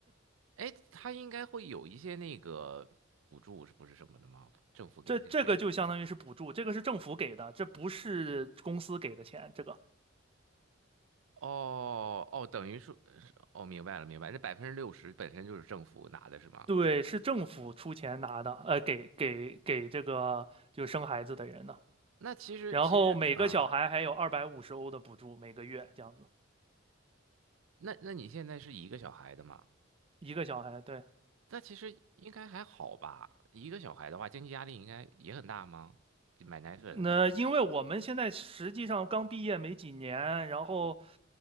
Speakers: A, on the right; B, on the right.
A: 哎，他应该会有一些那个补助，是不是什么的吗？政府给一些钱。
B: 这这个就相当于是补助，这个是政府给的，这不是公司给的钱，这个。
A: 哦哦，等于说，哦，明白了，明白，那百分之六十本身就是政府拿的是吗？
B: 对，是政府出钱拿的，呃，给给给这个就生孩子的人的。
A: 那其实其实啊，
B: 然后每个小孩还有二百五十欧的补助，每个月这样子，
A: 那那你现在是一个小孩的嘛？
B: 一个小孩，对，
A: 那其实应该还好吧？一个小孩的话，经济压力应该也很大吗？买奶粉，
B: 那因为我们现在实际上刚毕业没几年，然后